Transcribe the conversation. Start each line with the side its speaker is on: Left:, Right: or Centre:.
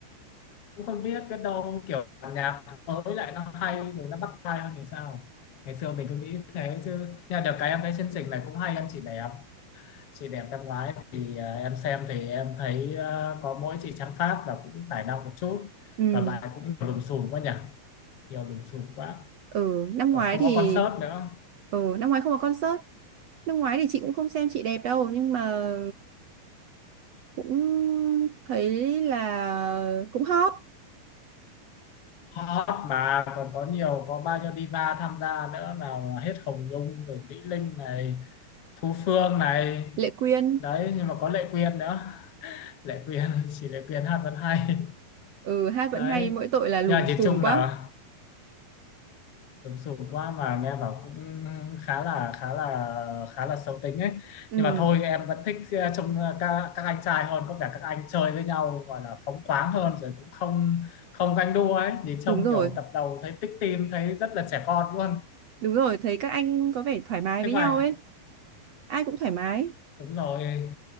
Left: cũng không biết biết đâu kiểu nhạc mới lại nó hay rồi nó bắt tai hơn thì sao ngày xưa mình cứ nghĩ thế chứ nhưng mà được cái em thấy chương trình này cũng hay em chị đẹp chị đẹp năm ngoái thì à, em xem thì em thấy à, có mỗi chị Trang Pháp và cũng tài năng một chút
Right: ừ
Left: còn lại cũng lùm xùm quá nhỉ nhiều lùm xùm quá
Right: ừ năm
Left: còn
Right: ngoái
Left: không
Right: thì
Left: có concert nữa
Right: ừ năm ngoái không có concert năm ngoái thì chị cũng không xem chị đẹp đâu nhưng mà cũng thấy là cũng hot
Left: hot mà còn có nhiều có bao nhiêu diva tham gia nữa nào là hết Hồng Nhung rồi Mỹ Linh này Thu Phương này
Right: Lệ Quyên
Left: đấy nhưng mà có Lệ Quyên nữa <laughs> Lệ Quyên chỉ Lệ Quyên hát vẫn hay
Right: ừ hát vẫn
Left: đấy
Right: hay mỗi tội là lùm
Left: nhưng mà
Right: xùm
Left: nhìn chung
Right: quá
Left: là sụp sụp quá mà nghe bảo cũng khá là khá là khá là xấu tính ấy
Right: ừ
Left: nhưng mà thôi em vẫn thích eh, trông eh, các các anh trai hơn có vẻ các anh chơi với nhau gọi là phóng khoáng hơn rồi cũng không không ganh đua ấy nhìn trông
Right: Đúng rồi,
Left: kiểu tập đầu thấy tích tim thấy rất là trẻ con luôn
Right: đúng rồi, thấy các anh có vẻ thoải mái
Left: thế
Right: với
Left: ngoài
Right: nhau ấy, ai cũng thoải mái.
Left: đúng rồi